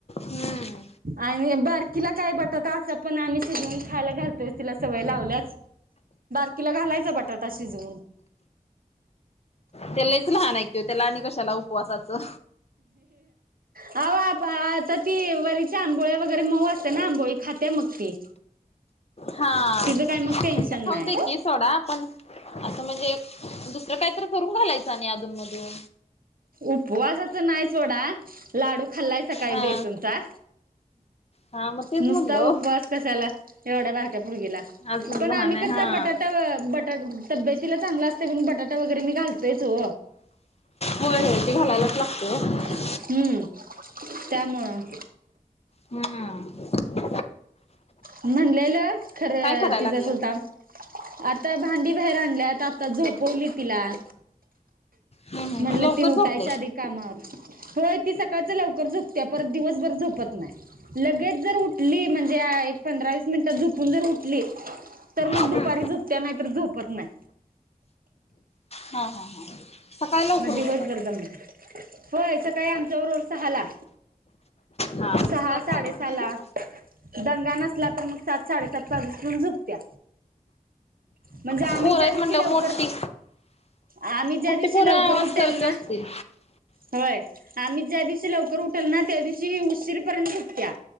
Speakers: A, on the left (about 45°); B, on the right (about 80°).
A: हम्म
B: आणि बारकीला काय बटाटा असं पण आम्ही शिजवून खायला घालतोय तिला सवय लावल्याच बारकीला घालायचा बटाटा शिजवून
A: त्यो लयच लहान ऐ कि त्याला आणि कशाला उपवासाचं.
B: आ <inaudible> आता ती वरीच्या आंबोळ्या वगैरे मऊ असते ना आंबोळी खाते मग ती.
A: हा
B: तिचं
A: खायला
B: काय मग टेन्शन
A: खाऊ
B: नाही
A: दे की सोडा पण, म्हणजे दुसरं कायत करून घालायचं नाही अधून मधून.
B: उपवासाच नाही सोडा लाडू खाल्लायच सकाळी
A: हा
B: बेसनचा.
A: हा मग तेच
B: नुस्ता
A: म्हणलो
B: उपवास कशाला एवढ्या बारक्या पोर्गीला.
A: अजून
B: पण
A: लहान
B: आम्ही कस
A: हा
B: आहे बटाटा बट तब्यतीला चांगला असते पण बटाटा वगैरे मी घालतेच हो!
A: होय होय ते घलायलाच लागतं हो.
B: हम्म त्यामुळं.
A: हा.
B: म्हणलेलं खरं
A: काय करायला
B: तिझं
A: लागलाय
B: चुलता आता भांडी बाहेर आणल्यात, आता झोपवली तिला.
A: हम्म हम्म
B: म्हणलं
A: लवकर
B: ती
A: झोपले
B: उठायच्या आधी कामं आवरा, होय. ती सकाळचं लवकर झपत्या परत दिवसभर झोपत नाही लगेच जर उठली म्ह णज्या एक पंधरा वीस मिनिटात झोपून जर उठली, तर मग
A: हम्म
B: दुपारी झोपत्या, नाही तर झोपत नाय.
A: हा हा हा. सकाळी लवकर
B: मग दिवसभर
A: उठत असतात.
B: <unintelligible> होय सकाळी आमच्याबरोबर सहाला.
A: हा
B: सहा
A: तसच असतंय
B: साडे
A: मग.
B: सहाला. दंगा नसला तर मग सात साडेसात पर्यंत झोप त्या म्हणजे आम्ही
A: पोर
B: ज्या
A: आहेत
B: दिवशी
A: म्हटल्यावर
B: लवकर
A: मोठी
B: आम्ही ज्या
A: मोठी
B: दिवशी
A: पोरं
B: लवकर
A: आवाज
B: उठेल
A: करत
B: ना?
A: असतील.
B: होय, आम्ही ज्या लवकर उठेल ना त्या दिवशी उशीरपर्यंत झोपत्या.